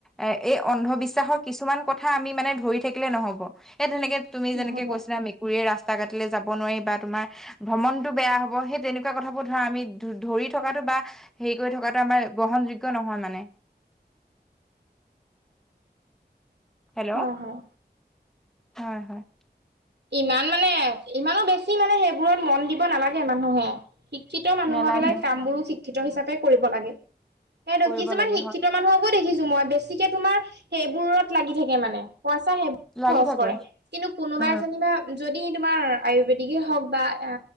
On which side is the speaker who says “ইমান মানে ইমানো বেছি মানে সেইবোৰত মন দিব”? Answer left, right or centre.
Right